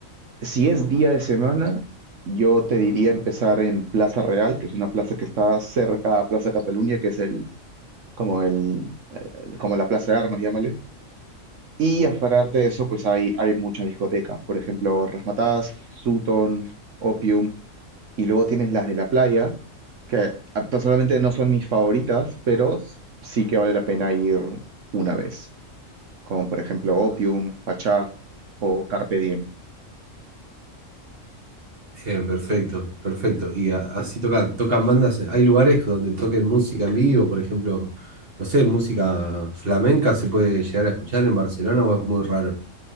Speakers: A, on the right; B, on the right.
A: Si es día de semana, yo te diría empezar en Plaza Real, que es una plaza que está cerca a Plaza Cataluña, que es el como el, el- como la Plaza de Armas, llámale. Y aparte de eso, pues hay, hay muchas discotecas, por ejemplo, Razzmatazz, Sutton, Opium, y luego tienes las de la playa, que ah, personalmente no son mis favoritas, pero s- sí que vale la pena ir una vez, como por ejemplo Opium, Pachá o Carpe Diem.
B: Bien, perfecto, perfecto. Y a- así toca, tocan bandas. ¿Hay lugares donde toquen música en vivo? Por ejemplo, no sé, música flamenca se puede llegar a escuchar en Barcelona o es muy raro.